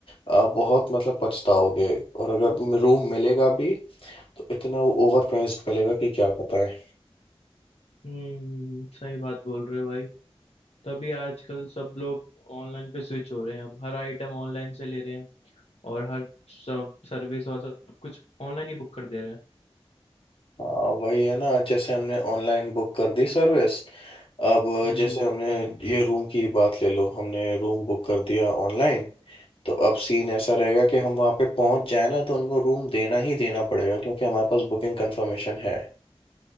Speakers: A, on the left; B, on the left.
A: आ, बहुत मतलब पछताओगे और अगर रूम मिलेगा भी तो इतना वो ओवर प्राइस्ड मिलेगा कि क्या पता है
B: हम्म सही बात बोल रहे हो भाई तभी आजकल सब लोग ऑनलाइन पे स्विच हो रहे हैं अब हर आइटम ऑनलाइन से ले रहे हैं और हर सब सर्विस और सब सब कुछ ऑनलाइन ही बुक कर दे रहे हैं
A: हाँ वही है ना जैसे हमने ऑनलाइन बुक कर दी सर्विस अब
B: हम्म
A: जैसे हमने ये रूम की ही बात ले लो हमने रूम बुक कर दिया ऑनलाइन तो अब सीन ऐसा रहेगा कि हम वहाँ पे पहुँच जाए ना तो उनको रूम देना ही देना पड़ेगा क्योंकि हमारे पास बुकिंग कंफर्मेशन है